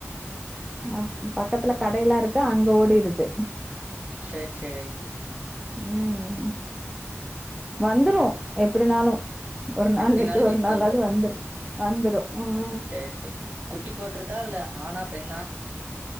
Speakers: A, in the centre; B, on the right.
A: அ பக்கத்துல கடையெல்லாம் இருக்கு அங்க ஓடிருது
B: சேர் சேரி
A: உம் வந்துரும் எப்டினாலும் ஒரு நாள்
B: எப்டினாலு
A: விட்டு
B: வீட்டுக்கு
A: ஒரு நாளாவது வந்துரும் வந்துரும் ம்
B: சேர் சேர் குட்டி போட்டிருக்கா இல்ல ஆனா பெண்ணா